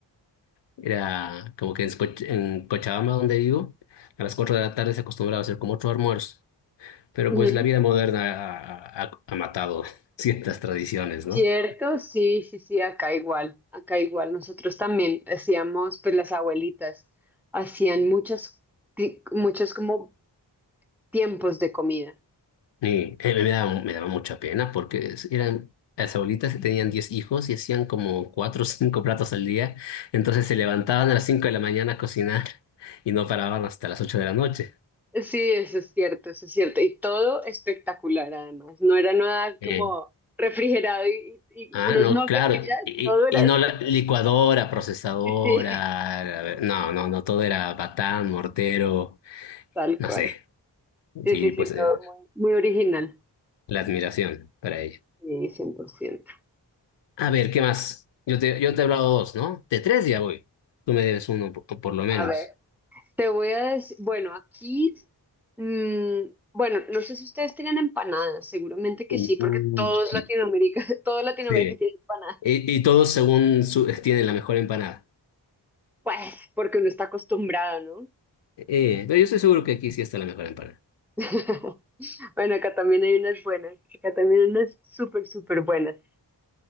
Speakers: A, on the left (about 70°); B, in the centre.
A: Era como que en, Coch- en Cochabamba, donde vivo, a las 4 de la tarde se acostumbraba a hacer como otro almuerzo. Pero
B: Ujú.
A: pues la vida moderna ha, ha- ha matado <laughs> ciertas tradiciones, ¿no?
B: Cierto, sí, sí, sí, acá igual, acá igual. Nosotros también hacíamos, pues las abuelitas hacían muchas, ti- muchos como tiempos de comida.
A: Y eh, me daba, me daba mucha pena porque es- eran las abuelitas que tenían 10 hijos y hacían como 4 o 5 platos al día. Entonces se levantaban a las 5 de la mañana a cocinar y no paraban hasta las 8 de la noche.
B: Sí, eso es cierto, eso es cierto. Y todo espectacular además. No era nada
A: Eh,
B: como refrigerado y, y
A: Ah,
B: unos
A: no,
B: nuggets
A: claro.
B: y ya,
A: Y,
B: todo era
A: y no
B: espectacular.
A: la licuadora,
B: <laughs>
A: procesadora.
B: Sí,
A: la- ver- No, no, no, todo era batán, mortero,
B: tal
A: no
B: cual.
A: sé.
B: Sí,
A: Sí,
B: sí, sí,
A: pues
B: todo
A: eh,
B: muy, muy original.
A: la admiración para ella.
B: Sí, cien por ciento
A: A ver, ¿qué más? Yo te, yo te he hablado dos, ¿no? De tres ya voy. Tú me debes uno po- por, lo menos.
B: A ver, te voy a decir, bueno, aquí, mm, bueno, no sé si ustedes tengan empanadas, seguramente que
A: Uh,
B: sí, porque todos
A: sí.
B: Latinoamérica, <laughs> todo Latinoamérica
A: Sí.
B: tiene empanadas.
A: Y, y todos según su, tienen la mejor empanada.
B: Pues, porque uno está acostumbrado, ¿no?
A: Eh, pero yo estoy seguro que aquí sí está la mejor empanada.
B: <laughs> Bueno, acá también hay unas buenas, acá también hay unas súper, súper buenas.